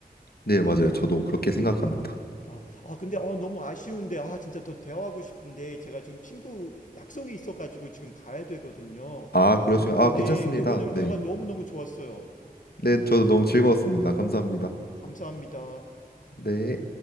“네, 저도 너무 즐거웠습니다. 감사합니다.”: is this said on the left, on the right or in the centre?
Left